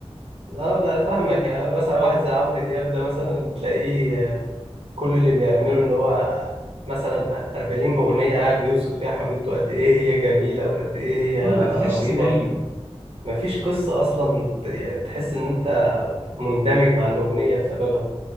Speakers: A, on the right (about 65°); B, on the right (about 20°).
A: لا انا فاهمك يعني مثلا واحد زي عمرو دياب ده مثلا تلاقيه آه، كل اللي بيعمله ان هو مثلا 40 اغنية قاعد بيوصف فيها حبيبته قد ايه هي جميلة وقد ايه هي
B: مم، ما فيهاش
A: رهيبة
B: سيناريو
A: مفيش قصة أصلا ت- يعني تحس إن أنت مندمج مع الأغنية بسببها